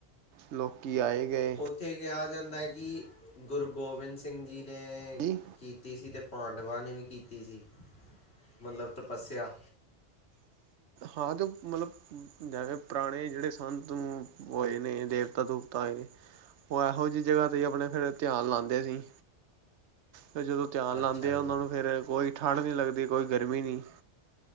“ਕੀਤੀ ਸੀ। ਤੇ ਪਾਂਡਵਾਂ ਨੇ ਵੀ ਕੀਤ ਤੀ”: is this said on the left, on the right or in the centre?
Left